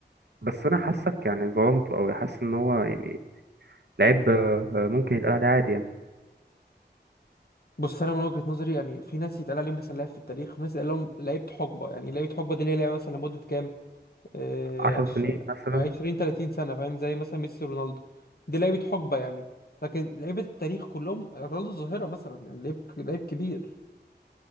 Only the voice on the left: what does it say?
بص انا من وجهة نظري يعني في ناس يتقال عليهم مثلا لعيب في التاريخ وناس يتقال لهم لعيبة حقبة يعني لعيبة حقبة دي اللي هي لعيبة مثلا لمدة كام آه،
عش-
عشرين تلاتين سنة فاهم زي مثلا ميسي رونالدو دي لعيبة حقبة يعني لكن لعيبة التاريخ كلهم رونالدو الظاهرة مثلا يعني لعيب لعيب كبير